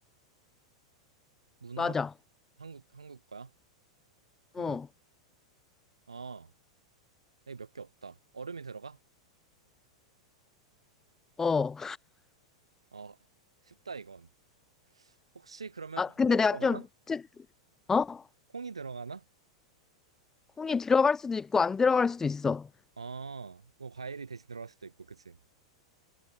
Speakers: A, on the right; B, on the left.
A: 문화...
B: 맞아.
A: 한국, 한국 거야?
B: 어,
A: 그럼, 아, 여기 몇 개 없다. 얼음이 들어가?
B: 어.
A: 어, 쉽다, 이건. 혹시 그러면
B: 아,
A: 콩이
B: 근데 내가
A: 들어가나?
B: 좀, 특, 어?
A: 콩이 들어가나?
B: 콩이 들어갈 수도 있고 안 들어갈 수도 있어.
A: 아, 뭐 과일이 대신 들어갈 수도 있고, 그치?